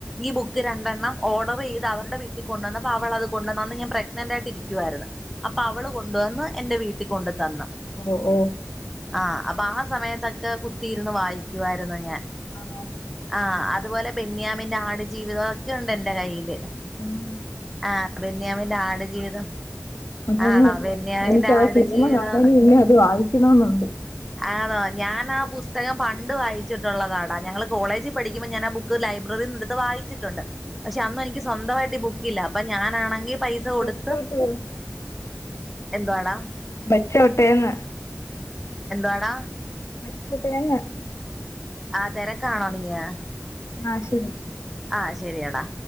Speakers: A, in the centre; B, on the left.
A: ഈ ബുക്ക് രണ്ടെണ്ണം, ഓർഡർ ചെയ്ത് അവര്ടെ വീട്ടിൽ കൊണ്ടോന്നപ്പോ അവളത് കൊണ്ടന്ന്, അന്ന് ഞാൻ പ്രഗ്നന്റ് ആയിട്ടിക്കുവായിരുന്നു. അപ്പ അവള് കൊണ്ടുവന്ന് എന്റെ വീട്ടിൽ കൊണ്ട് തന്ന്‌.
B: ഓഹ് ഓ.
A: ആഹ് അപ്പ ആ സമയത്തക്കെ കുത്തിയിരുന്ന് വായിക്കുവായിരുന്നു ഞാൻ.
B: ആ.
A: ആഹ് അതുപോലെ ബെന്യാമിന്റെ ആടു ജീവിതൊക്കെണ്ട്‌ എന്റെ കയ്യില്.
B: ഉം
A: ആ ബെന്യാമിന്റെ ആട് ജീവിതം.
B: അതൊന്നുംല്ല
A: ആണോ ബെന്യാമിന്റെ
B: എനിക്ക് ആ
A: ആടുജീവിതം
B: സിനിമ കാണന് മുന്നെ അത് വായിക്കണംന്നുണ്ട്.
A: ആണോ ഞാനാ ആ പുസ്തകം പണ്ട് വായിച്ചിട്ടുള്ളതാടാ. ഞങ്ങള് കോളേജ് പഠിക്കുമ്പോൾ ഞാൻ ആ ബു ക്ക് ലൈബ്രറിന്നെടുത്ത് വായിച്ചിട്ട്ണ്ട്. പക്ഷെ അന്നെനിക്ക് സ്വന്തമായിട്ട് ബു ക്കില്ല അപ്പ ഞാനാണെങ്കി പൈസ കൊടുത്ത്
B: ബെച്ചോട്ടേ
A: എന്തുവാടാ,
B: വെച്ചോട്ടേന്ന്.
A: എന്താടാ?
B: <unintelligible>
A: ആ തെരക്കാണോ നീയ്?
B: ആഹ് ശരി.
A: ആഹ് ശരിയടാ.